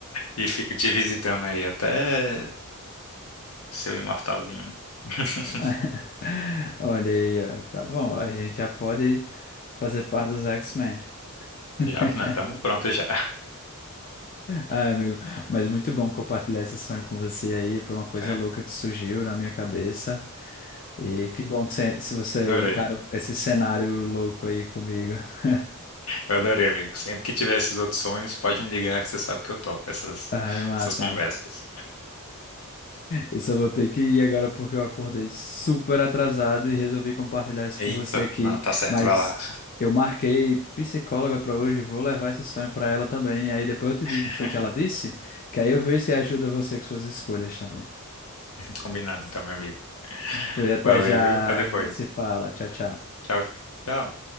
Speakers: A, on the left; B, on the left.
A: e fico te visitando aí até seu imortalzinho. <laughs>
B: <laughs> Olha aí, ó, tá bom. A gente já pode fazer parte dos X-Men. <laughs>
A: Já, né? Tamo pronto já.
B: Ai, amigo, mas muito bom compartilhar esse sonho com você aí. Foi uma coisa
A: <laughs>
B: louca que surgiu na minha cabeça. E que bom que você, se você
A: Adorei.
B: encarou esse cenário louco aí comigo. <laughs>
A: Eu adorei, amigo. Sempre que tiver esses outros sonhos, pode me ligar que você sabe que eu topo essas,
B: Ah, é massa,
A: essas conversas.
B: amigo. Eu só vou ter que ir agora porque eu acordei super atrasado e resolvi compartilhar isso
A: Eita,
B: com você aqui.
A: não, tá certo,
B: Mas
A: vai lá.
B: eu marquei psicóloga para hoje, vou levar esse sonho para ela também. Aí depois eu te
A: <laughs>
B: digo o que foi que ela disse, que aí eu vejo se ajuda você com suas escolhas também.
A: Combinado então, meu amigo.
B: Pois até
A: Valeu,
B: já,
A: viu? Até depois.
B: a gente se fala. Tchau, tchau.
A: Tchau. Tchau.